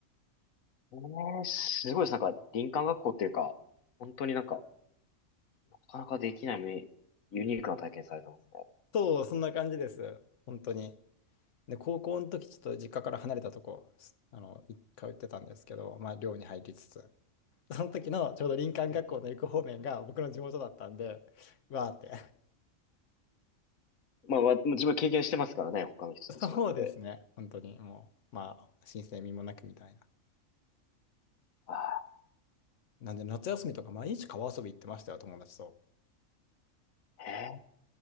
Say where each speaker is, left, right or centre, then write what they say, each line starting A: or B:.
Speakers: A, on the left (about 85°); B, on the left (about 65°).
A: ーすごいです。なんか、林間学校っていうか、本当になんか、なかなかできないめユニークな体験されてますね。
B: そう、そんな感じです。本当に。で、高校の時ちょっと実家から離れたとこ、すあの、い通ってたんですけど、まあ寮に入りつつ、その時のちょうど林間学校の行く方面が僕の地元だったんで、
A: うん。
B: わーって
A: まあ、わ自分は経験してますからね、他の人と違って。
B: そうですね。本当に、もう、まあ、申請味もなくみたいな。
A: ああ、
B: なんで、夏休みとか毎日川遊び行ってましたよ、友達と。
A: へえ。